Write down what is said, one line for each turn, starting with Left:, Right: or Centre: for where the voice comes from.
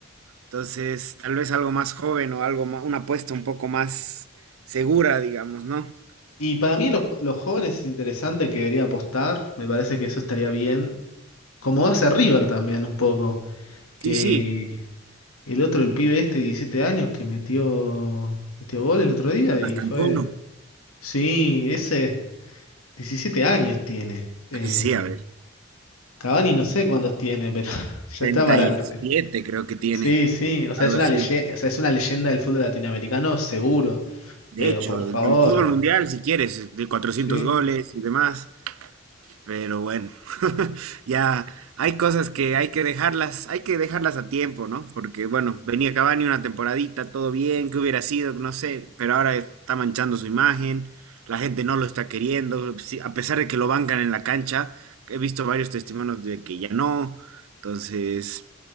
Right: entonces tal vez algo más joven o algo ma- una apuesta un poco más segura, digamos, ¿no?
Left: Y para mí, los, los jóvenes es interesante que debería apostar. Me parece que eso estaría bien. Como hace River también, un poco. Que
Right: Sí, sí,
Left: el otro, el pibe este de 17 años, que metió, metió gol el otro día
Right: hasta
Left: y fue.
Right: Antonio.
Left: Sí, ese. diecisiete años tiene. Eh,
Right: Sí, a ver,
Left: Cavani no sé cuántos tiene, pero <laughs> ya
Right: treinta
Left: está para
Right: y
Left: el... re-
Right: siete creo que tiene.
Left: Sí, sí, o sea,
Right: Algo
Left: es
Right: así.
Left: una leyenda, o sea, es una leyenda del fútbol latinoamericano, seguro,
Right: De
Left: pero
Right: hecho,
Left: por favor,
Right: el fútbol mundial, si quieres, de cuatrocientos
Left: sí.
Right: goles y demás, pero bueno, <laughs> ya hay cosas que hay que dejarlas, hay que dejarlas a tiempo, ¿no? Porque bueno, venía Cavani una temporadita, todo bien, que hubiera sido, no sé, pero ahora está manchando su imagen, la gente no lo está queriendo, sí, a pesar de que lo bancan en la cancha, he visto varios testimonios de que ya no, entonces